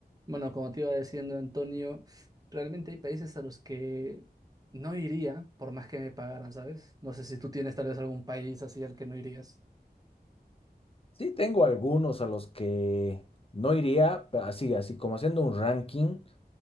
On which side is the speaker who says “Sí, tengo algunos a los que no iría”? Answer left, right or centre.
Left